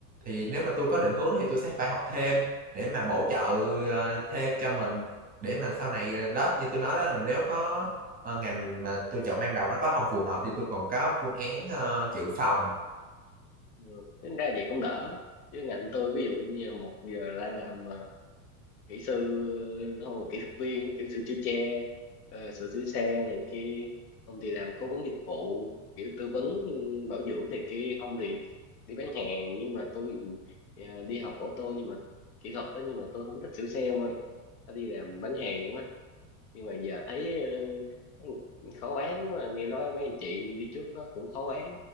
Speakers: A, on the right; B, on the left.
A: thì nếu mà tôi có định hướng thì tôi sẽ phải học thêm để mà bổ trợ ờ, thêm cho mình để mà sau này ờ, đó như tôi nói đó là nếu có ờ, ngành mà tôi chọn ban đầu nó có không phù hợp thì tôi còn có phương án ờ, dự phòng
B: ừ, tính ra vậy cũng đỡ chứ ngành tôi ví dụ như một giờ ra làm ờ, kỹ sư ờ, không là kỹ thuật viên kiểu sửa chữa xe ờ, sửa chữa xe này kia không thì làm cố vấn dịch vụ kiểu tư vấn bảo dưỡng này kia không thì đi bán hàng nhưng mà tôi ờ, đi học ô tô nhưng mà kỹ thuật đó nhưng mà tôi không thích sửa xe ông ơi tôi đi làm bán hàng quá nhưng mà giờ thấy ờ, khó bán mà nghe nói mấy anh chị đi trước nó cũng khó bán